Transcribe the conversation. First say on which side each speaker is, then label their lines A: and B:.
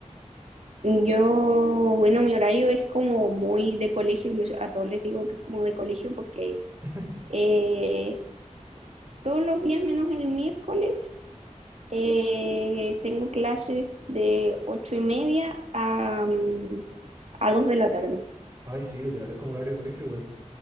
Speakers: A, on the right; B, on the right.
A: Yo, bueno, mi horario es como muy de colegio, yo a todos les digo que es como de colegio porque
B: <laughs>
A: eh, todos los días menos el miércoles eh, tengo clases de ocho y media a, mm, a dos de la tarde.
B: Ay, sí, literal, es como horario de colegio, bueno.